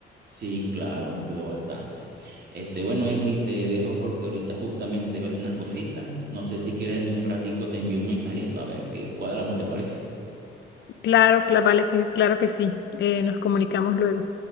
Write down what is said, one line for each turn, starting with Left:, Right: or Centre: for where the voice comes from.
Right: Sí, claro, me ayudó bastante. Este, bueno, Egli, te dejo porque ahorita justamente voy a hacer unas cositas. No sé si quieres dentro de un ratico te envío un mensajito a ver qué cuadramos, ¿te parece?
Left: Claro, cla- vale que, claro que sí, Eh, nos comunicamos luego.